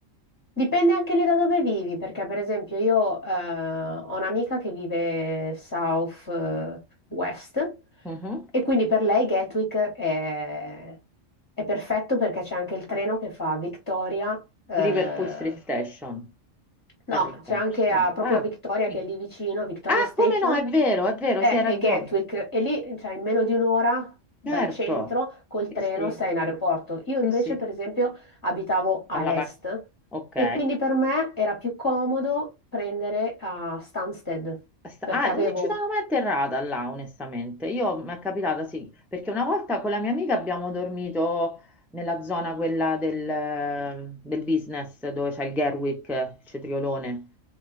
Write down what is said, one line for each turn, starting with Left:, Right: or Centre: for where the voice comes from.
Left: Dipende anche lì da dove vivi, perché per esempio io eh, ho un'amica che vive South eh, West
Centre: Mhm.
Left: e quindi per lei Gatwick è, è perfetto perché c'è anche il treno che fa Victoria eh,
Centre: Liverpool Street Station,
Left: No,
Centre: arriva.
Left: c'è anche
Centre: No.
Left: a- proprio
Centre: Ah.
Left: a Victoria,
Centre: Sì.
Left: che è lì vicino, Victoria
Centre: Ah,
Left: Station,
Centre: come no, è vero, è vero,
Left: è,
Centre: sì, hai ragione.
Left: è Gatwick, e lì, cioè, in meno di un'ora dal
Centre: Certo,
Left: centro, col
Centre: sì,
Left: treno,
Centre: sì,
Left: sei in aeroporto. Io
Centre: sì,
Left: invece,
Centre: sì,
Left: per esempio, abitavo a
Centre: dalla parte.
Left: est,
Centre: Ok,
Left: e quindi per me era più comodo prendere a Stansted,
Centre: Sta-
Left: perché
Centre: Ah,
Left: avevo,
Centre: non ci sono mai atterrata là, onestamente. Io mi è capitata, sì, perché una volta con la mia amica abbiamo dormito nella zona quella del, del business dove c'è il Gerwick, il cetriolone.